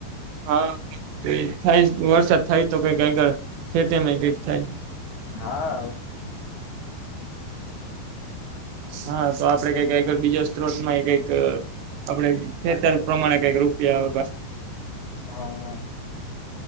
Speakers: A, on the right (about 75°); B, on the left (about 80°).
A: હા થાય વરસાદ થાય તો કઈક આગળ ખેતમાં કક થાય
B: હા હ <unintelligible>
A: હા તો આપડે કક બીજો સ્ત્રોત માં કઈક આપણે છેતર પ્રમાણે કઈક રૂપિયા
B: હા